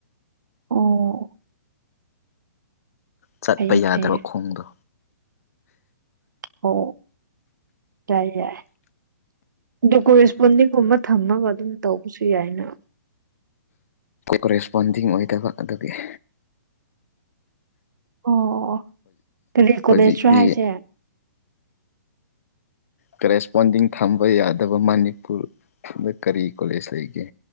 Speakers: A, on the right (about 80°); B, on the left (about 50°).
A: ꯑꯣ
B: ꯆꯠꯄ
A: ꯐꯩꯌꯦ
B: ꯌꯥꯗ꯭ꯔꯕ
A: ꯐꯩꯌꯦ
B: ꯈꯣꯡꯗꯣ
A: ꯍ ꯇꯏ ꯀꯨꯋꯁꯄꯟꯅꯤ ꯍꯨ ꯊꯝꯃꯒ ꯑꯗꯨꯝ ꯇꯧꯕꯁꯨ ꯌꯥꯏꯅ
B: ꯀꯣꯔꯦꯁꯄꯣꯟꯗꯤꯡ ꯑꯣꯏꯗꯕ ꯑꯗꯨꯒꯤ ꯖꯤ
A: ꯑꯣ ꯀꯔꯤ ꯀꯣꯂꯦꯖꯁꯨ
B: ꯍꯧꯖꯤꯛꯇꯤ
A: ꯍꯥꯏꯁꯦ
B: ꯀꯔꯦꯁꯄꯣꯟꯗꯤꯡ ꯊꯝꯕ ꯌꯥꯗꯕ ꯃꯅꯤꯄꯨꯔꯗ ꯀꯔꯤ ꯀꯣꯂꯦꯖ ꯂꯩꯒꯦ